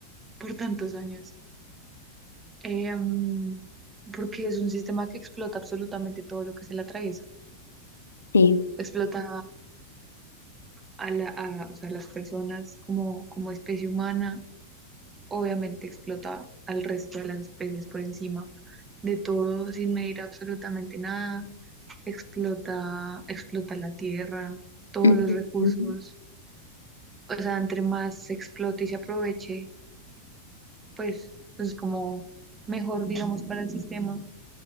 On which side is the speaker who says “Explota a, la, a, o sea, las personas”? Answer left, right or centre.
Right